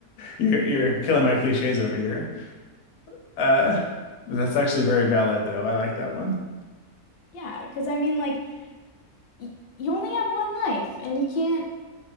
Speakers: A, on the left; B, on the left.
A: You're you're killing my cliches over here. Uh, that's actually very valid, though. I like that one.
B: Yeah, because I mean like y you only have one life and you can't